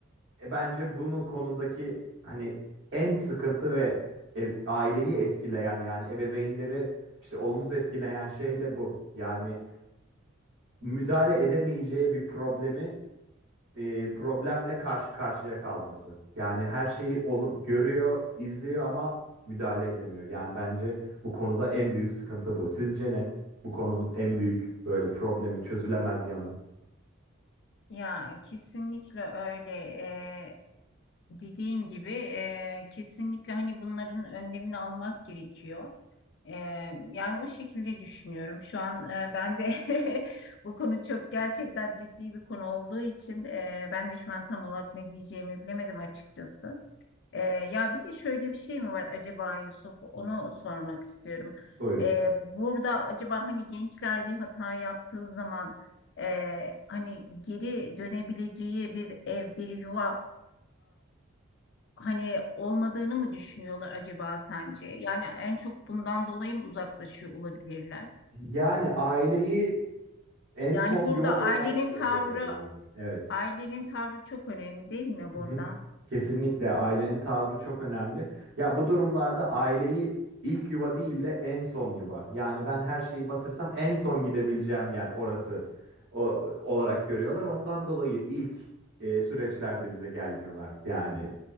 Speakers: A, on the right; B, on the left.
A: e, bence bunu konudaki hani en sıkıntı ve e- aileyi etkileyen yani ebeveynleri işte olumsuz etkileyen şey de bu. Yani müdahale edemeyeceği bir problemi e, problemle karşı karşıya kalması. Yani her şeyi olum görüyor, izliyor ama müdahale edemiyor. Yani bence bu konuda en büyük sıkıntı bu. Sizce ne? Bu konunun en büyük böyle problemi, çözülemez yanı.
B: Ya kesinlikle öyle. E, Dediğin gibi e, kesinlikle hani bunların önlemini almak gerekiyor. E, yani o şekilde düşünüyorum. Şu an e, ben de <laughs> bu konu çok gerçekten ciddi bir konu olduğu için e, ben de şu an tam olarak ne diyeceğimi bilemedim açıkçası. E, ya bir de şöyle bir şey mi var acaba Yusuf? Onu sormak istiyorum.
A: Buyurun.
B: E, burada acaba hani gençler bir hata yaptığı zaman e, hani geri dönebileceği bir ev, bir yuva hani olmadığını mı düşünüyorlar acaba sence? Yani en çok bundan dolayı mı uzaklaşıyor olabilirler?
A: Yani aileyi en
B: Yani
A: son
B: burada
A: yuva
B: ailenin
A: olarak görüyor
B: tavrı
A: olabilirler. Evet.
B: ailenin tavrı çok önemli değil mi
A: Hı
B: burada?
A: hı. Kesinlikle ailenin tavrı çok önemli. Ya bu durumlarda aileyi ilk yuva değil de en son yuva. Yani ben her şeyi batırsam en son gidebileceğim yer orası o, olarak görüyorlar. Ondan dolayı ilk e, süreçlerde bize gelmiyorlar. Yani